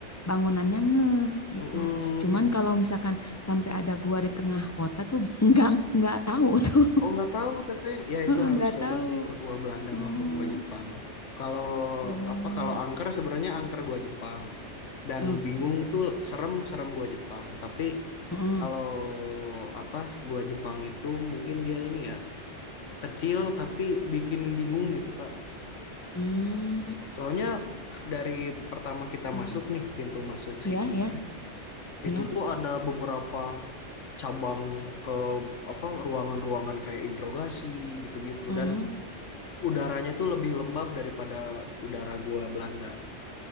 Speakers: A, on the left; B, on the left.
A: bangunannya ngeh gitu.
B: mm-mm,
A: Cuman
B: itu
A: kalau misalkan sampai ada gua di tengah kota tuh nggak nggak tahu <laughs> tuh.
B: oh nggak tahu teteh ya itu
A: Heeh,
B: harus
A: Nggak
B: coba
A: tahu.
B: sih ke gua Belanda
A: Oh,
B: sama ke gua Jepang. Kalau
A: oh,
B: apa kalau angker sebenarnya angker gua Jepang dan
A: oh,
B: bingung tuh serem serem gua Jepang. Tapi
A: heeh.
B: kalau apa gua Jepang itu mungkin dia ini ya kecil tapi bikin bingung gitu Kak.
A: Hmm,
B: Soalnya dari pertama
A: kecil.
B: kita masuk nih pintu masuk
A: Ya,
B: si guanya
A: ya, ya.
B: itu tuh ada beberapa cabang ke apa ruangan-ruangan kayak interogasi gitu-gitu
A: Heeh.
B: dan udaranya tuh lebih lembab daripada udara gua Belanda.